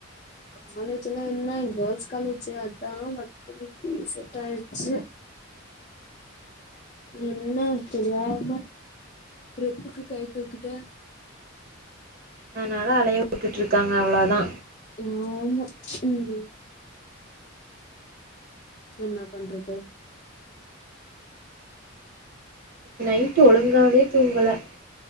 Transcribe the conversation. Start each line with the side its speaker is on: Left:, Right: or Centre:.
Left: காலேஜ் எல்லா என கேள்ஸ் காலேஜு அதா மத்தபடிக்கி செட் ஆயிருச்சு என்ன தெரியாம ரெப்புகு கை தூக்கிட்ட
Right: அதுனால அலைய விட்டுட்டு இருக்காங்க அவ்ளோதா
Left: ஆமா ம் எனா பண்றது
Right: நைட்டு ஒழுங்காவே தூங்கல